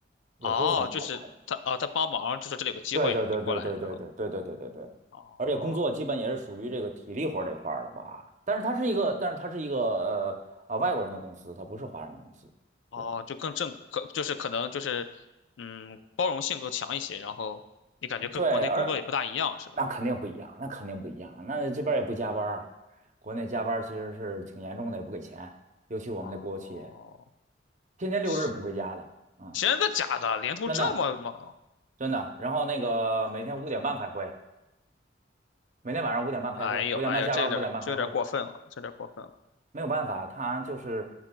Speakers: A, on the right (about 40°); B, on the left (about 85°).
A: 也不是怎么好来。
B: 哦，就是他啊，他帮忙就说这里有个机会，
A: 对对对对对对对对对对对对，
B: 你过来，然后哦
A: 而且工作基本也是属于这个体力活儿这块儿的吧，但是它是一个，但是它是一个呃啊外国人的公司，它不是华人的公司，
B: 哦，
A: 对
B: 就更正可就是可能就是嗯，包容性更强一些，然后你感觉跟国内工作也不大一样，
A: 对，而
B: 是吧？
A: 那肯定不一样，那肯定不一样，那这边儿也不加班儿，国内加班儿其实是挺严重的，也不给钱，尤其我们的国有企业，
B: 哦，
A: 天天六日不回家的啊。
B: 是真的假的？联通这么猛？
A: 真的，真的。然后那个每天五点半开会，每天晚上五点半开会，
B: 哎呦哎呦，
A: 五点半下班，
B: 这有点儿这有点儿过分了，
A: 五点半开会，
B: 这有点儿过分了。
A: 没有办法，他就是，